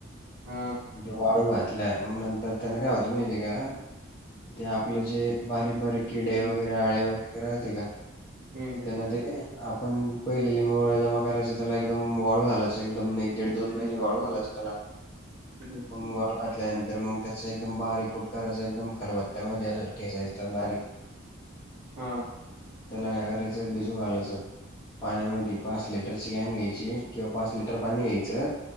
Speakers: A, on the right; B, on the left.
A: हा
B: मग त्या वाळू घातल्या. मग नंतर त्यांना काय होतं माहिती का ते आपले जे बारीक बारीक किडे वगैरे, आळे वगैरे, रहाते का
A: हम्म
B: त्या न ते, आपण पहिले लिंबोळी जमा करायची त्याला एकदम वाळू घालायचं. अस एकदम एक दीड दोन महिने वाळू घालायचं त्याला.
A: ह.
B: मग वाळू घातल्यानंतर मग त्याच एकदम बारीक कुटकरायच एकदम खलबत्त्यामध्ये असं ठेसायच बारीक.
A: हा.
B: त्याला काय करायचंय बिजू घालायचं. पाण्यामध्ये पाच लिटरची कॅन घ्यायची किंवा पाच लिटर पाणी घ्यायचं